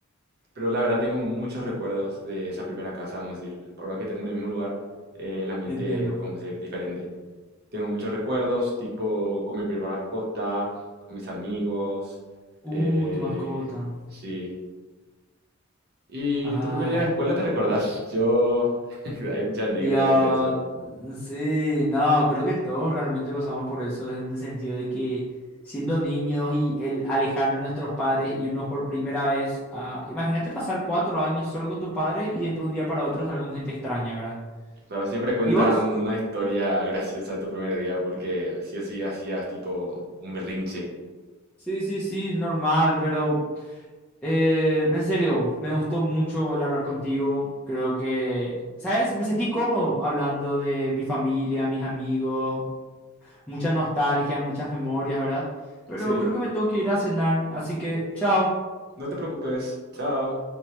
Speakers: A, on the right (about 50°); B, in the centre.
A: Pero la verdad tengo muchos recuerdos de esa primera casa, vamos a decir, por más que estemos en el mismo lugar, eh, el ambiente,
B: entiendo.
A: vamos a decir, diferente. Tengo muchos recuerdos, tipo con mi primera mascota, con mis amigos, eh,
B: Uh, tu mascota.
A: sí. ¿Y
B: Ay,
A: tu primer día de escuela te recordás? Yo, <laughs> hay muchas anécdotas
B: Dios,
A: sobre eso.
B: sí, no, creo que todos realmente pasamos por eso en el sentido de que siendo niños y el alejarnos de nuestros padres, irnos por primera vez a... Imagínate pasar cuatro años solo con tus padres y después de un día para otro estar con gente extraña, ¿verdad?
A: Claro, siempre cuentan
B: ¿Y vos?
A: una historia graciosa de tu primer día, porque sí o sí hacías tipo un berrinche.
B: Sí, sí, sí, normal, pero eh, en serio, me gustó mucho el hablar contigo. Creo que, ¿sabes? Me sentí cómodo hablando de mi familia, mis amigos. mucha nostalgia, muchas memorias, ¿verdad? Pero
A: Sí,
B: creo que me tengo que ir a cenar, así que chao.
A: no te preocupes, chao.